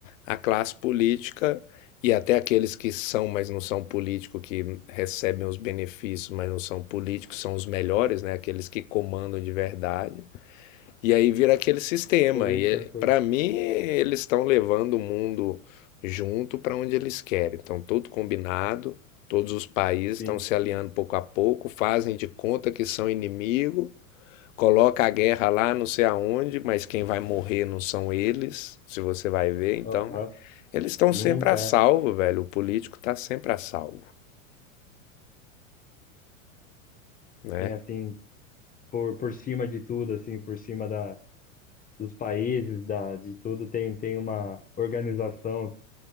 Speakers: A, on the left; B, on the left.
A: A classe política, e até aqueles que são, mas não são políticos, que recebem os benefícios, mas não são políticos, são os melhores, né? Aqueles que comandam de verdade. E aí vira aquele sistema.
B: Política,
A: E
B: por...
A: para mim, eles estão levando o mundo junto para onde eles querem. Então, tudo combinado, todos os países
B: sim.
A: estão se aliando pouco a pouco, fazem de conta que são inimigo, coloca a guerra lá não sei aonde, mas quem vai morrer não são eles, se você vai ver. Então,
B: Aham.
A: eles estão
B: Nunca
A: sempre a salvo, velho. O político está sempre a salvo, né?
B: tem, assim, por, por cima de tudo, assim, por cima da, dos países, da, de tudo, tem, tem uma organização.